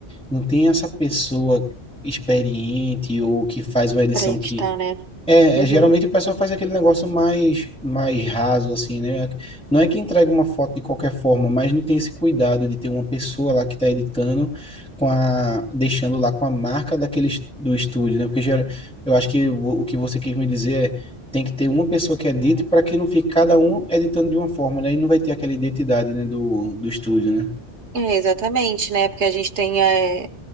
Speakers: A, in the centre; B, on the right.
A: não tem essa pessoa experiente ou que faz uma edição
B: para editar,
A: que,
B: né?
A: é,
B: Uhum.
A: é, geralmente o pessoal faz aquele negócio mais, mais raso, assim, né? Não é que entrega uma foto de qualquer forma, mas não tem esse cuidado de ter uma pessoa lá que está editando, com a, deixando lá com a marca daquele, es- do estúdio, né? Porque gera- eu acho que o, o que você quis me dizer é, tem que ter uma pessoa que edite para que não fique cada um editando de uma forma, né? E não vai ter aquela identidade, né, do, do estúdio, né?
B: É, exatamente, né? Porque a gente tem, é,